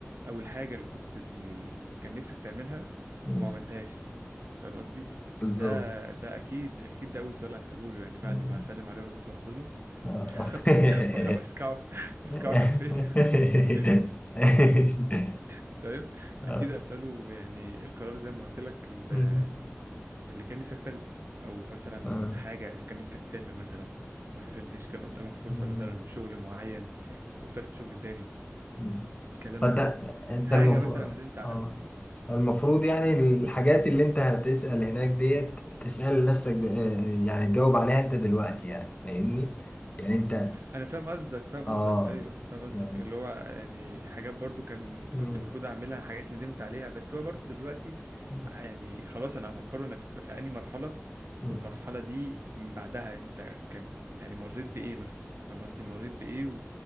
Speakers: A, on the right (about 50°); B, on the left (about 25°).
A: او الحاجة اللي كنت اللي كان نفسك تعملها
B: مم.
A: وما عملتهاش فاهم قصدي
B: بالظبط
A: ده ده اكيد اكيد ده اول سؤال هسأله له يعني بعد
B: مم.
A: ما اسلم عليه وابوس واحضنه
B: آه.
A: <laughs> واسكعه واسكعه
B: <laughs>
A: كفين <laughs> فاهم
B: آه.
A: اكيد اساله يعني ايه القرار زي ما قلت لك ال-
B: مم.
A: اللي كان نفسك تاخده او مثلا
B: آه.
A: حاجه كان نفسك تسافر مثلا وما سافرتش كان قدامك فرصه
B: مم.
A: مثلا شغل معين واخترت شغل تاني
B: مم.
A: كلام
B: فانت
A: من ده
B: انت
A: حاجه
B: المفروض
A: مثلا ندمت عليه
B: اه المفروض يعني الحاجات اللي انت هتسأل هناك ديت تسأل لنفسك د- آه، يعني تجاوب عليها انت دلوقتي يعني فاهمني يعني انت
A: انا فاهم قصدك فاهم
B: اه
A: قصدك ايوه فاهم قصدك
B: يعني
A: اللي هو يعني حاجات برضو كان كنت
B: مم.
A: المفروض اعملها حاجات ندمت عليها بس هو برضو دلوقتي
B: مم.
A: يعني خلاص انا هفكره انا في في انهي مرحله
B: مم.
A: والمرحله دي من بعدها انت كان يعني مريت بايه مثلا فاهم قصدي مريت بايه و...